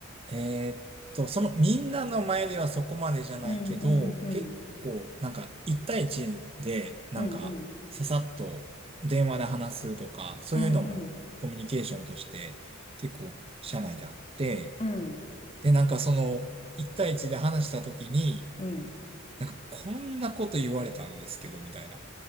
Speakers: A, on the right (about 30°); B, on the left (about 30°).
A: えーっと、そのみんなの前ではそこまでじゃないけど、
B: うんうんうん
A: 結構、なんか、一対一で、なんか、
B: うんうん
A: ささっと電話で話すとか、そういうのもコミュニケーションとして結構社内であって、
B: うんうんうん
A: で、なんかその、一対一で話した時に、
B: うん
A: なんか、こんなこと言われたんですけど、みたいな。